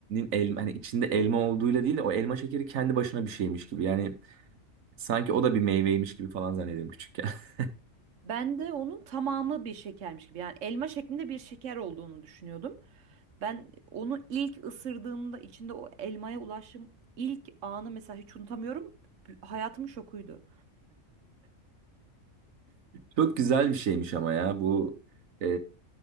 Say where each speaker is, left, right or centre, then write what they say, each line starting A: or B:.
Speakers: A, on the right; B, on the right.
A: elma hani içinde elma olduğuyla değil de o elma şekeri kendi başına bir şeymiş gibi. Yani sanki o da bir meyveymiş gibi falan zannediyordum küçükken. <laughs>
B: Ben de onun tamamı bir şekermiş gibi yani elma şeklinde bir şeker olduğunu düşünüyordum. Ben onu ilk ısırdığımda içinde o elmaya ulaştığım ilk anı mesela hiç unutamıyorum. B- Hayatımın şokuydu.
A: Çok güzel bir şeymiş ama ya bu e,